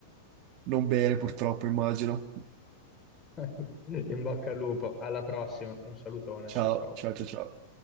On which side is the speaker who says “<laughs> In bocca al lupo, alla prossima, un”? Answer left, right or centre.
Left